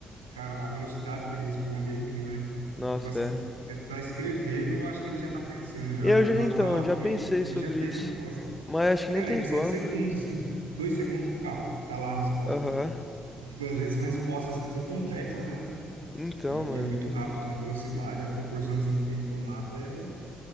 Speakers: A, on the right (about 85°); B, on the left (about 15°).
A: Cara, a velocidade que ele responde é incrível, né?
B: Nossa,
A: Tipo assim,
B: é.
A: você tá escrevendo, eu acho que ele já tá pensando já.
B: Eu
A: E
B: já,
A: aí, na
B: então,
A: hora que dá um ok,
B: já pensei
A: ele
B: sobre
A: já tem
B: isso.
A: a resposta.
B: Mas acho
A: E,
B: que nem
A: cara,
B: tem
A: é questão
B: como.
A: de segundos, assim, tipo, dois segundos, pá, tá lá a resposta
B: Aham.
A: aí. E, tipo, às vezes são respostas, assim, que são complexas, né?
B: Então,
A: E
B: mano.
A: é muito rápido, então a velocidade, a proporção, assim, que tem tomado é,